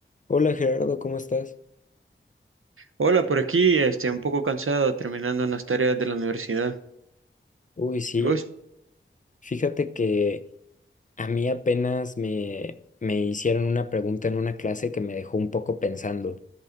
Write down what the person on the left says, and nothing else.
Hola Gerardo, ¿cómo estás?
Uy, sí,
fíjate que a mí apenas me, me hicieron una pregunta en una clase que me dejó un poco pensando.